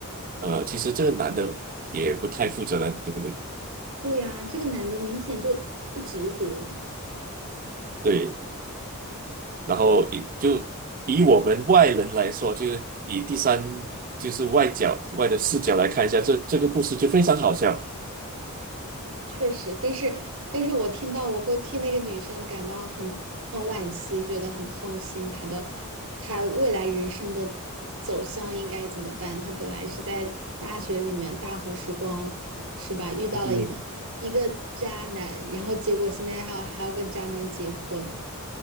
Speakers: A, on the right (about 40°); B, on the right (about 70°).
A: 呃，其实这个男的也不太负责任，对不对？
B: 对呀，这个男的明显就不值得。
A: 对，然后以就以我们外人来说，就是以第三就是外角外的视角来看一下这这个故事，就非常好笑。
B: 确实，但是但是我听到我会替那个女生感到很很惋惜，觉得很痛心。她的她未来人生的走向应该怎么办？她本来是在大学里面大好时光，是吧？遇到了一个一个渣男，
A: 嗯。
B: 然后结果现在还要还要跟渣男结婚。